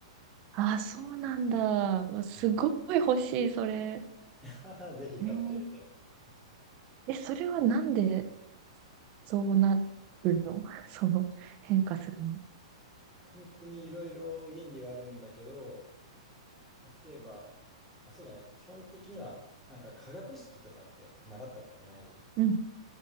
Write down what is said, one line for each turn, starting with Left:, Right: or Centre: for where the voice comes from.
Right: あ、そうなんだ。うわすごい欲しい、
Centre: うん、
Right: それ。
Centre: <laughs> ぜひ買ってみて。
Right: えー、
Centre: うん、
Right: え、それはなんでそうなるの <laughs> その変化するの
Centre: 本当にいろいろ原理はあるんだけど、まあ、例えば、まあ、そうだね、基本的には、なんか化学式とかって習ったことない
Right: うん。